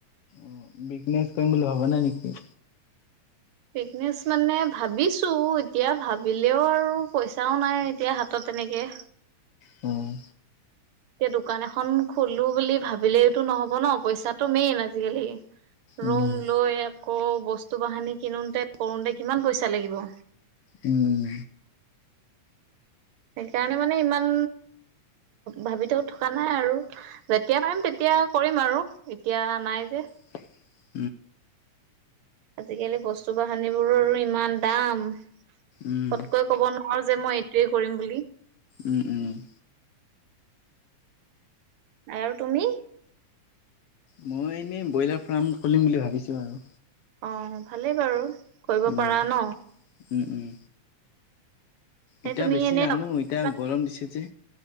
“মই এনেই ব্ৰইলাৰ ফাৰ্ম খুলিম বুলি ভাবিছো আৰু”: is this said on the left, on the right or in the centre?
Left